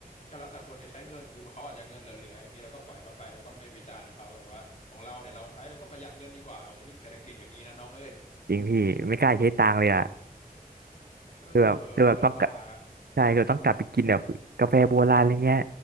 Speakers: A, on the left; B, on the right.
A: ก็แล้วแต่คนจะใช้เงินคือเขาอาจจะเงินเหลือๆอย่างนี้เราก็ปล่อยเขาไปแล้วก็ไม่วิจารณ์เขาแต่ว่าของเราเนี่ยเราใช้แล้วก็ประหยัดเงินดีกว่าโหยิ่งเศรษฐกิจอย่างนี้นะน้องเอ้ย
B: จริงพี่ไม่กล้าใช้ตังค์เลยอ่ะ
A: เออ
B: คือแบบคือแบบต้องกลับ
A: ลำบากอ่ะ
B: ใช่คือต้องกลับไปกินแบบกาแฟโบราณอะไรเงี้ย